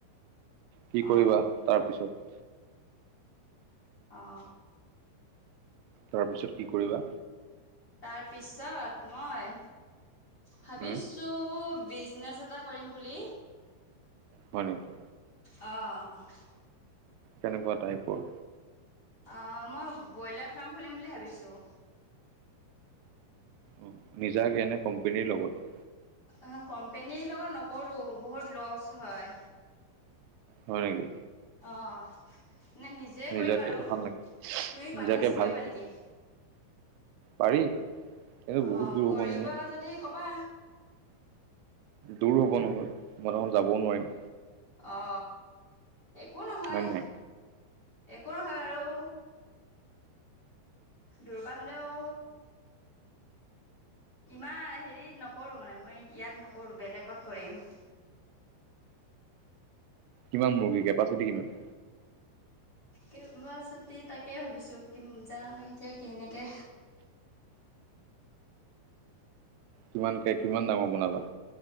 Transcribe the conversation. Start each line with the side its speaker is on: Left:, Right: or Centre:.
Right: কি
Left: অ
Right: কৰিবা তাৰ পিছত
Left: অ অ
Right: তাৰপিছত কি কৰিবা
Left: তাৰপিছত মই ভাবিছ
Right: উম
Left: ছো বিজনেছ এটা কৰিম বুলি
Right: হয় নেকি
Left: অ
Right: কেনেকুৱা টাইপৰ
Left: আহ মই ব্ৰইলাৰ ফাৰ্ম খুলিম বুলি ভাবিছোঁ
Right: উম নিজাকে এনে কোম্পানীৰ লগত
Left: অ কোম্পেনীৰ লগত নকৰো বহুত লচ হয়
Right: হয় নেকি
Left: অ নে নিজেই
Right: নিজাকে
Left: কৰিম আৰু
Right: ভাল নেকি
Left: তুমি পাৰ্টনাৰশ্বিপ
Right: নিজাকে ভাল
Left: কৰিবা নেকি
Right: পাৰি কিন্তু
Left: অ
Right: বহুত দূৰ
Left: কৰিবা
Right: হ'ব নহয়
Left: যদি কবা
Right: দূৰ হ'ব নহয় মই দেখোন যাবও নোৱাৰিম
Left: অ একো নহয়
Right: হয় নে নাই
Left: একো নহয় বাৰু দূৰ পা হলেও ইমান হেৰিত নকৰোঁ মানে মই ইয়াত নকৰোঁ বেলেগত কৰিম
Right: কিমান মুৰ্গীৰ কেপাচিটি কিমান
Left: কেপাচিটি তাকে ভাবিছো কিম জানো এতিয়া কেনেকে
Right: কিমানকে কিমান ডাঙৰ বনাবা